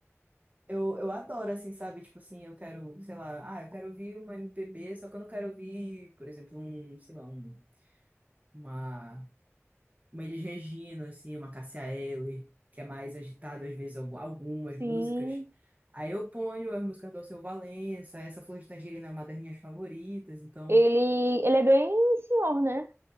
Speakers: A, on the right; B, on the right.
A: Eu, eu adoro, assim, sabe? Tipo assim, eu quero, sei lá, ah, eu quero ouvir uma MPB, só que eu não quero ouvir, por exemplo, um, sei lá, um, uma, uma Elis Regina, assim, uma Cássia Eller, que é mais agitado, às vezes, algu- algumas músicas.
B: Sim,
A: Aí eu ponho as músicas do Alceu Valença, essa Flor de Tangerina é uma das minhas favoritas, então.
B: ele, ele é bem senhor, né?